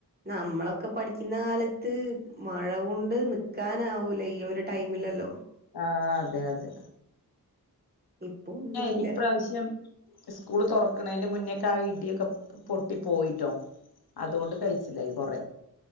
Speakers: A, on the right; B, on the left.
A: നമ്മളൊക്കെ പഠിക്കുന്ന കാലത്ത് മഴ കൊണ്ട് നിക്കാനാവൂല ഈ ഒരു ടൈമിലല്ലോ
B: ആഹ അതെ അതെ
A: ഇപ്പൊ ഒന്നുല്ല
B: ഏ ഇപ്രാവശ്യം സ്കൂള് തുറക്കണെ ണന്റെ മുന്നേക്ക ഇഡിയൊക്കെ പൊട്ടി പോയിട്ടോ അതുകൊണ്ട് കഴിച്ചലായ് യികൊറെ